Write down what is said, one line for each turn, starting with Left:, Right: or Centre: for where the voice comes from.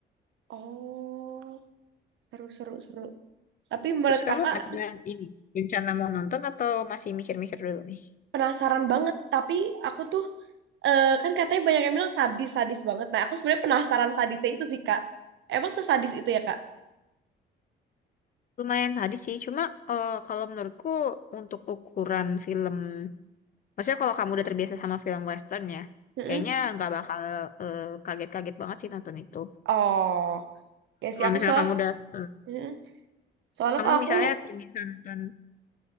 Right: Oh, Seru, seru, seru. Tapi menurut
Left: Terus kamu
Right: kakak
Left: ada ini rencana mau nonton atau masih mikir-mikir dulu nih?
Right: penasaran banget. Tapi aku tuh eh, kan katanya banyak yang bilang sadis-sadis banget. Nah, aku sebenarnya penasaran sadisnya itu sih, Kak. Emang sesadis itu ya, Kak?
Left: Lumayan sadis sih, cuma eh, kalau menurutku untuk ukuran film Maksudnya kalau kamu udah terbiasa sama film western ya,
Right: Mm-mm.
Left: kayaknya nggak bakal eh, kaget-kaget banget sih nonton itu.
Right: Oh, ya sih
Left: Kalau
Right: aku
Left: misalnya
Right: soal
Left: kamu udah, eh,
Right: mm-mm. Soalnya
Left: kamu
Right: kalau aku
Left: misalnya terbiasa nonton,